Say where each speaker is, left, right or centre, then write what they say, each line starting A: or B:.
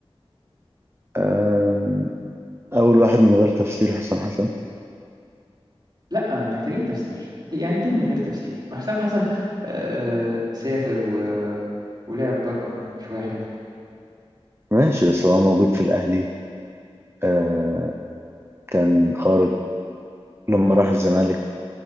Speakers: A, on the right (about 25°); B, on the right (about 45°).
A: آم، اول واحد من غير تفسير حسام حسن
B: لا محتاجين تفسير ليه- يعني ليه من غير تفسير ما حسام حسن آه سافر و... ولعب بره شوية حلوين
A: ماشي بس هو موجود في الاهلي آه، كان خارق لما راح الزمالك